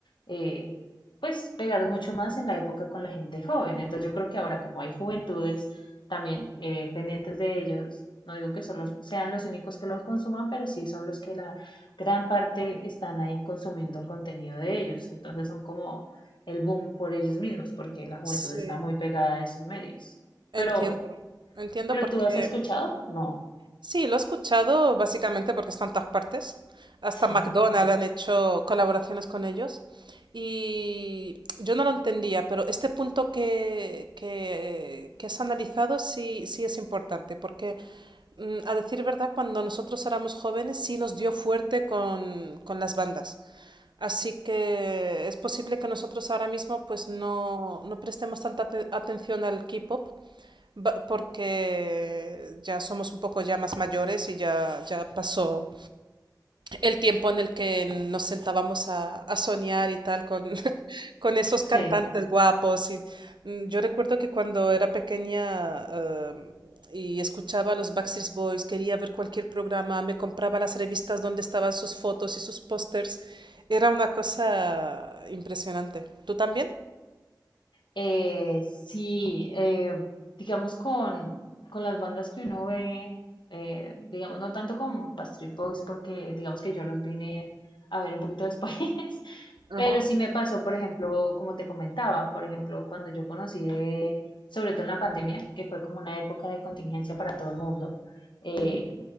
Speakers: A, on the left (about 90°); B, on the right (about 80°).
A: eh, pues pegaron mucho más en la época con la gente joven. Entonces yo creo que ahora como hay juventudes también eh, pendientes de ellos, no digo que solo sean los únicos que los consuman, pero sí son los que la gran parte están ahí consumiendo el contenido de ellos. Entonces son como el boom por ellos mismos, porque la juventud
B: sí,
A: está muy pegada a esos medios. Pero,
B: entiendo. Entiendo
A: pero
B: porque
A: tú has escuchado? No.
B: sí, lo he escuchado básicamente porque está en todas partes. Hasta
A: <laughs>
B: McDonald's
A: Sí.
B: han hecho colaboraciones con ellos. Y yo no lo entendía, pero este punto que, que, que has analizado sí, sí es importante, porque mm, a decir verdad, cuando nosotros éramos jóvenes sí nos dio fuerte con, con las bandas. Así que es posible que nosotros ahora mismo pues no, no prestemos tanta ate- atención al K-pop ba- porque ya somos un poco ya más mayores y ya, ya pasó, el tiempo en el que nos sentábamos a, a soñar y tal con, <laughs> con esos cantantes
A: Sí.
B: guapos. Y, mm, yo recuerdo que cuando era pequeña eh, y escuchaba a los Backstreet Boys, quería ver cualquier programa, me compraba las revistas donde estaban sus fotos y sus pósters. Era una cosa impresionante. ¿Tú también?
A: Eh, sí, eh, digamos con, con las bandas que uno ve, eh, digamos no tanto con Backstreet Boys porque digamos que yo los vine a ver un poquito después, <laughs>
B: Ajá,
A: pero sí me pasó, por ejemplo, como te comentaba, por ejemplo, cuando yo conocí de, sobre todo en la pandemia, que fue como una época de contingencia para todo el mundo, eh,
B: ujú.